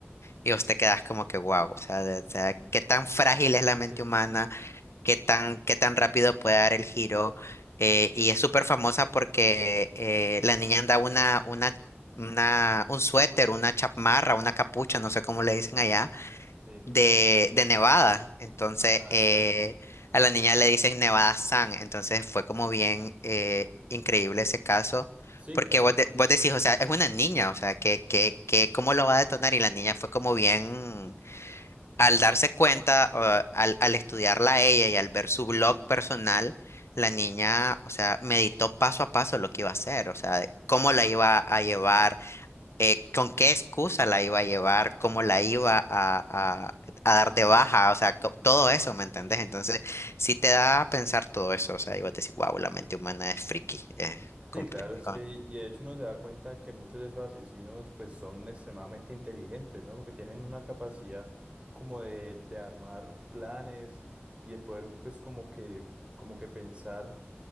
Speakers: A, on the left; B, on the right.
A: Y vos te quedás como que wow, o sea, de- o sea, qué tan frágil es la mente
B: Sí,
A: humana, qué tan, qué tan rápido puede dar el giro. eh, y es súper famosa porque eh, la niña anda una, una, una, un suéter, una chamarra, una capucha, no sé cómo le dicen allá
B: sí.
A: de, de Nevada. Entonces,
B: Ah,
A: eh,
B: claro.
A: a la niña le dicen Nevada San. Entonces, fue como bien eh, increíble ese caso.
B: Sí,
A: Porque
B: claro,
A: vos,
B: es
A: de-
B: que,
A: vos decís, o sea, es una niña, o sea, que, que, que, ¿cómo lo va a detonar? Y la niña fue como bien, al darse cuenta, o al, al estudiarla a ella y al ver su blog personal, la niña, o sea, meditó paso a paso lo que iba a hacer, o sea, de cómo la iba a llevar eh, con qué excusa la iba a llevar, cómo la iba a, a- a dar de baja, o sea, co- todo eso, ¿me entendés?
B: sí,
A: Entonces, sí te da a pensar todo eso, o sea, y vos decís, wow, la mente humana es friki, es
B: sí,
A: comple-
B: claro, es
A: co-
B: que, y de hecho uno se da cuenta que muchos de esos asesinos pues son extremadamente inteligentes, ¿no? Porque tienen una capacidad como de, de armar planes y de poder pues como que, como que pensar,